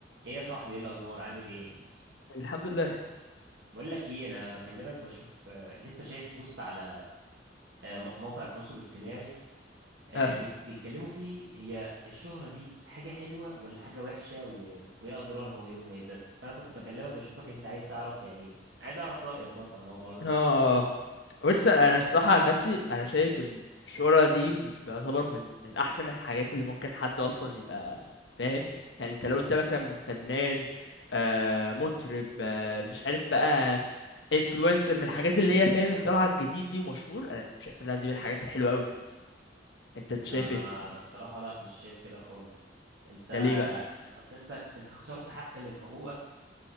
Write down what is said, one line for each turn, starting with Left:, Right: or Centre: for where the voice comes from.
Right: ايه يا صاحبي ايه الاخبار عامل ايه
Left: الحمد لله
Right: بقول لك ايه انا بكلمك بشوف آه، لسه شايف بوست على آه، م- موقع التواصل الاجتماعي آه،
Left: اه
Right: بيك- بيتكلموا فيه هي الشهرة دي حاجة حلوة ولا حاجة وحشة و- وايه اضرارها وايه مميزاتها فانا كنت بكلمك بشوفك انت عايز تعرف يعني عايز اعرف رأيك برضه على الموضوع ده
Left: اه بص انا الصراحه عن نفسي انا شايف ان الشهره دي م- يعتبر من من احسن الحاجات اللي ممكن حد اصلا يبقى فاهم يعني انت لو انت مثلا فنان آه مطرب آه مش عارف بقى انفلونسر من الحاجات اللي هي فاهم الطلعه الجديد دي ومشهور انا شايف انها دي من الحاجات الحلوه قوي انت انت
Right: انا
Left: شايف ايه
Right: انا الصراحة لا مش شايف كده خالص انت
Left: ده ليه بقى
Right: اصل انت انت خسرت حق من حقوقك